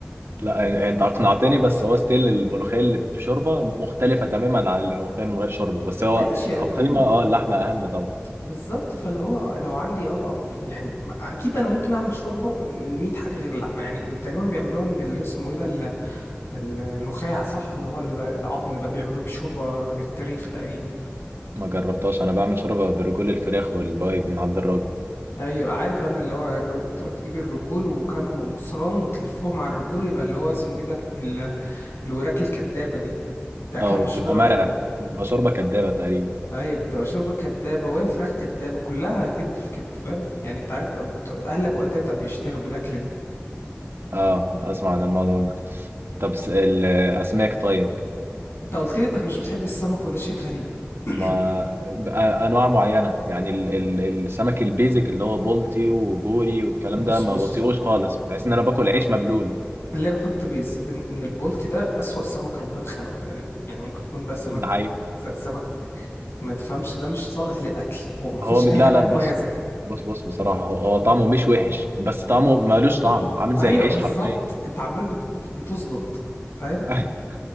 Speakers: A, on the right; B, on the left.
A: لا إن- انت اقنعتني بس هو ستيل الملوخيه اللي بشوربه مختلفه تماما عن الملوخيه من غير شوربه بس هو
B: ماشي
A: كقيمه
B: اكيد
A: اه اللحمه اهم طبعا
B: بالظبط فاللي هو لو عندي اه بقى ف- يعني اكيد انا ممكن اعمل شوربه من من 100 حاجه غير اللحمه يعني تقريبا بيعملوها من اللي اسمه ايه ده النخاع صح اللي هو العظم ده بيعملوه بشوربة للتاريخ تقريبا
A: ما جربتهاش انا بعمل شوربه برجول الفراخ والبايت من عند الراجل
B: ايوه عارف انا اللي هو الر- بتروح تجيب الرجول وكم مصران وتلفهم على الرجول ويبقى اللي هو اسمه ايه ده ال- الوراك الكدابة دي دي أكلة
A: اه
B: مشهورة
A: وبتبقى مرقه
B: جدا
A: بتبقى شوربه كدابه تقريبا
B: ايوه بتبقى شوربة كدابة وهي فراخ كدابة كلها كدب في كدب فاهم يعني انت عارف أبو... اهل ابو قتاتة بيشتهروا بالأكلة دي
A: اه اسمع عن الموضوع ده طب س- الاسماك طيب
B: انت قلت لي انك مش بتحب السمك وده شيء غريب <coughs>
A: ما بقى انواع معينه يعني ال ال السمك البيزك اللي هو بولتي وبوري والكلام
B: <clears throat> بص
A: ده ما
B: بص
A: بطيقوش خالص بحس ان انا باكل عيش مبلول
B: خلينا نحط بيز ان ان البولتي ده اسوأ سمك ربنا خلقه تقريبا يعني ممكن يكون ده سمك
A: <laughs> ده حقيقي
B: س- سمك ما تفهمش ده مش صالح للاكل هو ما فيهوش
A: هو م-
B: اي
A: لا
B: حاجه
A: لا
B: مميزه
A: بص بص بص بصراحه هو هو طعمه مش وحش بس طعمه مالوش طعم
B: م- م-
A: عامل
B: ايوه
A: زي العيش
B: بالظبط
A: حرفيا
B: انت عمال بت بت بتزلط فاهم
A: <laughs>